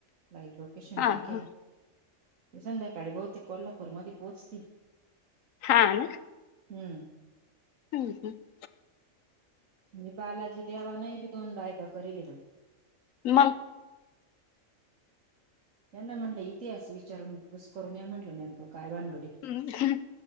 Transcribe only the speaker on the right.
लाईव्ह ल. केशन
टाकेल
ते संध्याकाळी बहुतेक कोल्हापूरमध्ये पोहोचतील.
हम्म.
म्हनजे बालाजी देवानही बी दोन बायका करेली बाई.
त्यांना म्हटलं इतिहास विचारून घुस करून या म्हटलं न त काय बांनगडयऽ.